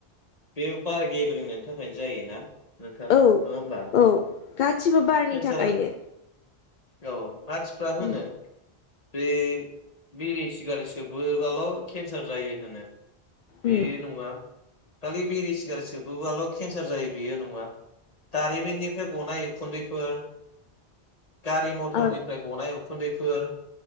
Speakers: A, on the left; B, on the left.
A: बे बार गेब्रेंनायनि थाखायनो जायोना? नोंथां
B: औ
A: नङा होमबा
B: औ गासिबो बारनि
A: केन्सारा
B: थाखायनो
A: औ मानसिफ्रा होनो
B: उम
A: बे बिरि सिगारेट सोबोबाल' केन्सार जायो होनो बे
B: उम
A: नङा खालि बेरि सिगारसोबोआल' केन्सार जायो। बेयो नङा दारिमिननिफ्राय गनाय उखुन्दैफोर गारि मथरनिफ्राय
B: औ
A: गनायाव उखुन्दैफोर